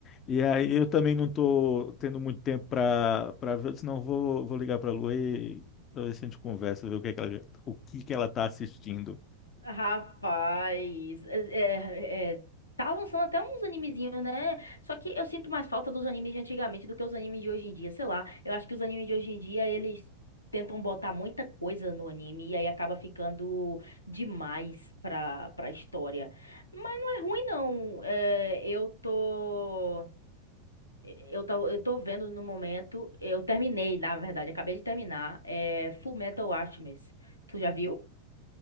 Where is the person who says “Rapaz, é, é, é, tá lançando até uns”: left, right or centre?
Left